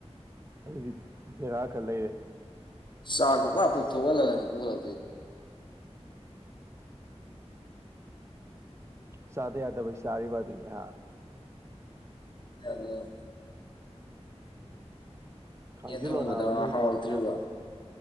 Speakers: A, on the right; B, on the left.
A: ꯑꯗꯨꯗꯤ ꯕꯦꯔꯥ ꯈꯔ ꯂꯩꯔꯦ꯫
B: ꯆꯥꯛꯇꯨ ꯀꯄꯨ ꯊꯑꯣ ꯂꯒꯅ ꯄꯔ꯫
A: ꯆꯥꯗ ꯌꯥꯗꯕꯩ ꯆꯥꯔꯤꯕ ꯑꯗꯨꯅꯤ ꯑꯥ꯫
B: ꯎꯝ꯫
A: ꯈꯥꯡꯖꯤꯜꯂꯣ
B: ꯌꯦꯟ ꯊꯣꯡꯕꯗ
A: ꯅꯥꯕ ꯂꯣꯏꯗꯣꯔꯃꯤꯅ꯫
B: ꯍꯥꯎꯇ꯭ꯔꯤꯕ